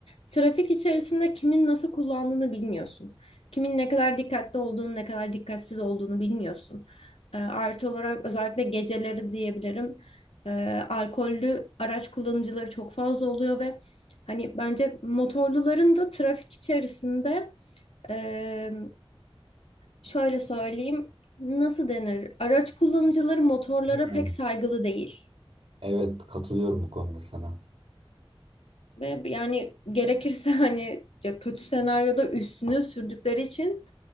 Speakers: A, on the left; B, on the right.
A: trafik içerisinde kimin nasıl kullandığını bilmiyorsun. Kimin ne kadar dikkatli olduğunu, ne kadar dikkatsiz olduğunu bilmiyorsun. Ee, artı olarak özellikle geceleri diyebilirim. Ee, alkollü araç kullanıcıları çok fazla oluyor ve Hani bence motorluların da trafik içerisinde eee, şöyle söyleyeyim nasıl denir? Araç kullanıcıları motorlara
B: Hmm.
A: pek saygılı değil.
B: Evet, katılıyorum bu konuda sana.
A: Ve yani gerekirse <laughs> hani ya kötü senaryoda üstünü sürdükleri için